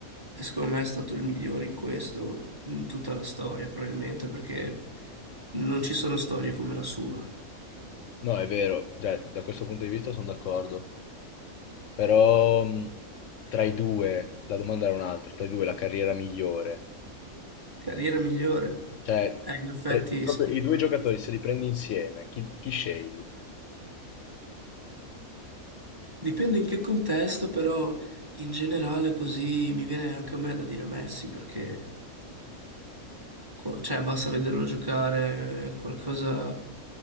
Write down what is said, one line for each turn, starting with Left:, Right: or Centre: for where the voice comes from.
Right: E secondo me è stato il migliore in questo, in tutta la storia, probabilmente, perché non ci sono storie come la sua.
Left: No, è vero, cioè, da questo punto di vista sono d'accordo. Però mh, tra i due, la domanda era un'altra, tra i due la carriera migliore.
Right: Carriera migliore?
Left: Cioè,
Right: Eh, in effetti
Left: tra- proprio
Right: sì.
Left: i due giocatori, se li prendi insieme, chi, chi scegli?
Right: Dipende in che contesto, però in generale così mi viene anche a me da dire Messi, perché... Qu- Cioè, basta vederlo giocare, è qualcosa